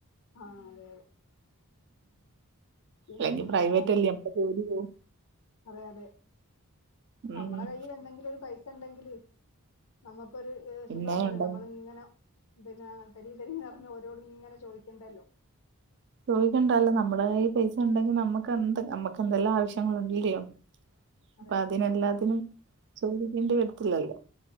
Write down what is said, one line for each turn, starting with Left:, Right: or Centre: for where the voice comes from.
Left: ആ അതെ പിന്നെ
Right: അല്ലെങ്കി പ്രൈവറ്റല്ലെ അമ്മടെ ജോലി പോവും
Left: അതെ അതെ നമ്മടെ
Right: ഉം
Left: കയ്യില് എന്തെങ്കിലും ഒരു പൈസ ഇണ്ടെങ്കില് നമ്മക്കൊരു
Right: പിന്നെ
Left: സുഖാണല്ലോ
Right: ഉണ്ടെങ്കി
Left: നമ്മളിങ്ങനെ പിന്നെ തരീം തരീം ന്ന് പറഞ്ഞ് ഓരോട് ഇങ്ങനെ ചോദിക്കണ്ടല്ലോ
Right: ചോയ്ക്കണ്ടാല്ലോ നമ്മുടെ കയ്യിൽ പൈസ ഉണ്ടെങ്കി നമ്മുക്ക് എന്ത് നമ്മുക്ക് എന്തെല്ലാം ആവശ്യങ്ങൾ ഉണ്ട് ഇല്ലിയോ
Left: അതെ
Right: പ്പ അതിനെല്ലാത്തിനും ചോദിക്കേണ്ടി വരത്തില്ലല്ലോ